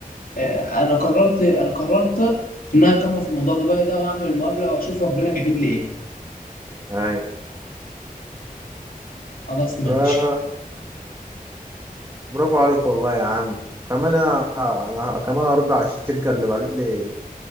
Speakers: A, on the left; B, on the right.
A: آه، انا قررت انا قررت ان انا اكمل في موضوع دبي ده وهعمل المقابلة واشوف ربنا كاتب لي ايه
B: اي
A: خلاص ماشي
B: آه برافو عليك والله يا عم كمان انا أنا كمان هرد على الشركه اللي بعتت لي